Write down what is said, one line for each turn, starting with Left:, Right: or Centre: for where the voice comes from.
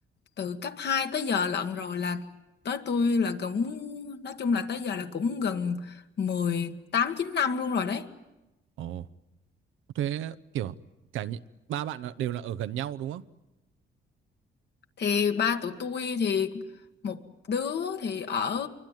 Left: từ cấp 2 tới giờ lận rồi là tới tôi là cũng nói chung là tới giờ là cũng gần mười tám chín năm luôn rồi đấy.
Right: ồ, thế kiểu cả nhị- ba bạn là- đều là ở gần nhau đúng không?
Left: thì ba tụi tôi thì một đứa thì ở